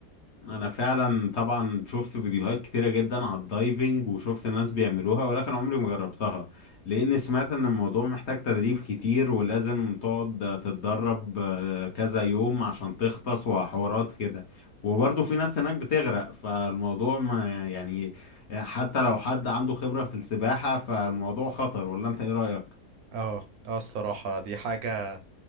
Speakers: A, on the left; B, on the right.
A: انا فعلا طبعا شفت فيديوهات كتيرة جدا على الدايفنج وشفت ناس بيعملوها ولكن عمري ما جربتها لان سمعت ان الموضوع محتاج تدريب كتير ولازم تقعد تتدرب آه، كذا يوم عشان تغطس وحوارات كده وبرضه في ناس هناك بتغرق فالموضوع ما يعني حتى لو حد عنده خبرة في السباحة فالموضوع خطر ولا انت ايه رأيك؟
B: اه اه الصراحة دي حاجة